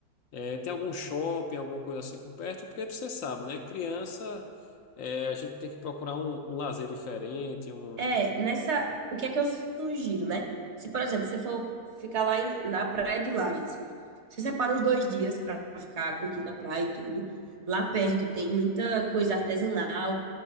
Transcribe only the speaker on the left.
É, tem algum shopping, alguma coisa assim por perto? Porque você sabe, né? Criança, é, a gente tem que procurar um, um lazer diferente, um,